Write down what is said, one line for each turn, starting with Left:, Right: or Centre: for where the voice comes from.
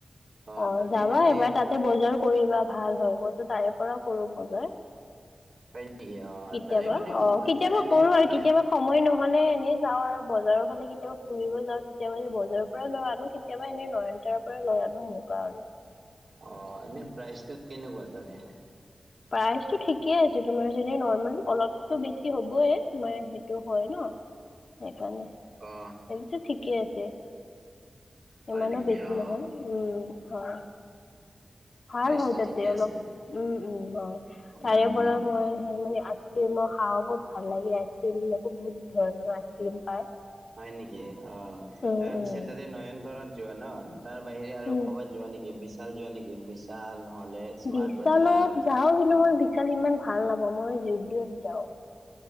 Right: অ
Left: অঁ
Right: তাতে
Left: যাবা
Right: মানে
Left: এবাৰ তাতে বজাৰ কৰিবা ভাল হয় মইতো তাৰে পৰাই কৰো বজাৰ।
Right: হয় নেকি অ
Left: কেতিয়াবা
Right: তাৰে মানে
Left: অঁ কেতিয়াবা
Right: এনে
Left: কৰো আৰু
Right: প্ৰাইচ
Left: কেতিয়াবা। সময় নহলে এনে যাওঁ আৰু বজাৰৰ ফালে কেতিয়াবা ফুৰিব যাওঁ তেতিয়া সেই বজাৰ। পৰা লৈ আনো কেতিয়াবা এনেই নয়নতৰাৰ পৰাই লৈ আনো সেনেকুৱা আৰু।
Right: অঁ এনেই প্ৰাইচটো কেনেকুৱা তাতে
Left: প্ৰাইচটো ঠিকে আছে তোমাৰ যেনে নৰ্মাল অলপটো বেছি হ'বই মানে সেইটো হয় ন। সেইকাৰণে।
Right: অঁ!
Left: এনে টো ঠিকে আছে।
Right: হয়
Left: ইমানো
Right: নেকি
Left: বেছি
Right: অ
Left: নহয় উমঁ হয়। ভাল
Right: প্ৰাইচটো
Left: হয় তাতে
Right: ঠিকে
Left: অলপ
Right: আছে
Left: উমঁ উমঁ হয় তাৰে
Right: উম
Left: পৰা মই সে মানে আছ- ক্ৰীম ও খাওঁ বহুত ভাল লাগে আইচ ক্ৰীম বিলাকো বহুত ধৰণৰ আইচ ক্ৰীম পায়।
Right: হয়ঁ নেকি অঁ
Left: উম
Right: তাৰ পিছত
Left: উম
Right: তাৰে নয়নতৰাত- যোৱা ন তাৰ বাহিৰে আৰু
Left: উম
Right: ক'বাত যোৱা নেকি বিশাল যোৱা নেকি বিশাল নহ'লে- স্মাৰ্ট
Left: বিশালত
Right: বজাৰ
Left: যাওঁ কিন্তু
Right: উম,
Left: মই বিশাল ইমান ভাল নাপাওঁ মই জদিঅ'ত যাওঁ।